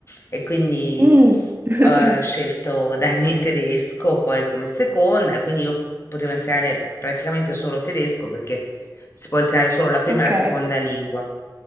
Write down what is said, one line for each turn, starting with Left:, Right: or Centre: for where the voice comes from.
Left: e quindi
Right: Mm. <laughs>
Left: ho scelto Dani <laughs> tedesco poi come seconda, quindi io potevo insegnare praticamente solo tedesco perché si può insegnare solo la prima
Right: Ok.
Left: e la seconda lingua.